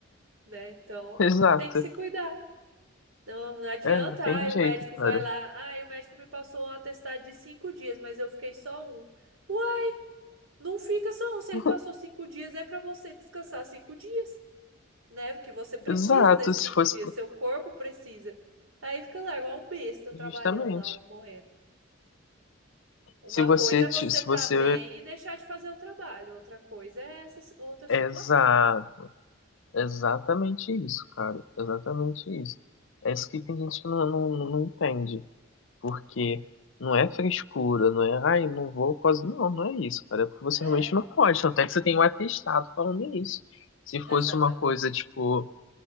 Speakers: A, on the right (about 80°); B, on the left (about 65°).
A: né? Então
B: <laughs> exato.
A: tem que se cuidar. Não, não adianta,
B: É, não tem
A: ai,
B: jeito,
A: o médico
B: cara.
A: vai lá, ai, o médico me passou um atestado de cinco dias, mas eu fiquei só um. Ué, não fica só um, se ele
B: <laughs>
A: passou cinco dias, é pra você descansar cinco dias. né? Porque você precisa
B: Exato,
A: desses
B: se
A: cinco
B: fosse
A: dias,
B: pro-
A: seu corpo precisa. Aí fica lá, igual um besta,
B: justamente.
A: trabalhando lá, morrendo. Uma
B: Se você,
A: coisa é
B: ti-
A: você
B: se
A: tá
B: você
A: bem e deixar de fazer o trabalho, outra coisa é essa si- outra situação,
B: é exa,
A: né?
B: exatamente isso, cara, exatamente isso. É isso que tem gente que não, não, não entende, porque não é frescura, não é, ai, não vou quase, não, não é isso, cara, é porque você
A: É,
B: realmente não pode, tanto é que você tem um atestado falando isso. Se
A: exatamente.
B: fosse uma coisa, tipo,